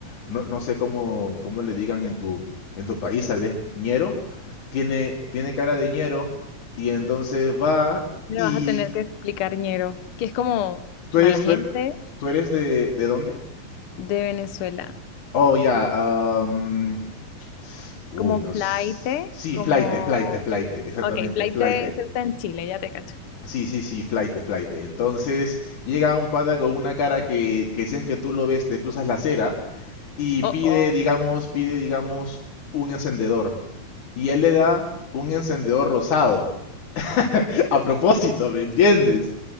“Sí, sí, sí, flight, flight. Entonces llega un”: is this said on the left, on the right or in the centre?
Left